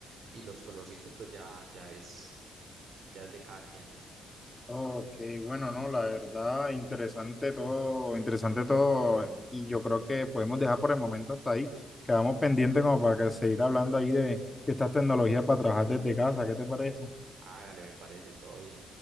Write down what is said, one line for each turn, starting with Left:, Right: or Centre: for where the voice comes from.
Right: y los colorcitos, pues ya, ya es, ya es de cada quien, ¿no?
Left: Ok, bueno, no, la verdad, interesante todo, interesante todo, y yo creo que podemos dejar por el momento hasta ahí. Quedamos pendientes como para que seguir hablando ahí de, de estas tecnologías para trabajar desde casa, ¿qué te parece?
Right: Hágale, me parece, todo bien.